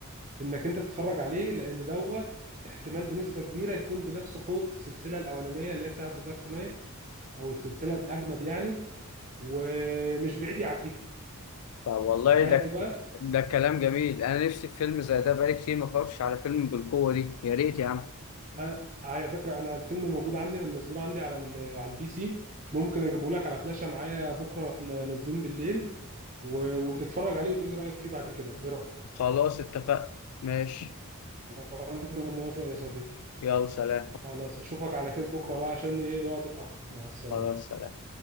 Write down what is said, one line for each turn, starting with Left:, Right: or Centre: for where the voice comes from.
Right: انك انت تتفرج عليه لان دوت احتمال بنسبة كبيرة يكون بنفس قوة السلسلة الاولانية اللي هي بتاعت ذا دارك نايت او السلسلة الاجمد يعني ومش بعيد يعديها
Left: والله
Right: تخيل
Left: ده ك-
Right: بقى
Left: ده كلام جميل أنا نفسي في فيلم زي ده بقالي كتير ما اتفرجتش على فيلم بالقوة دي يا ريت يا عم
Right: أنا- آه، على فكرة أنا الفيلم موجود عندي أنا منزله عندي على ال على البي سي ممكن أجيبه لك على فلاشة معايا بكرة وإحنا نازلين بالليل و- وتتفرج عليه وتقول لي رأيك فيه بعد كده إيه رأيك؟
Left: خلاص اتفقنا ماشي
Right: وأنا موافق يا صديقي
Left: يلا سلام
Right: خلاص أشوفك على خير بكرة بقى عشان إيه الوقت اتأخر مع السلامة
Left: خلاص سلام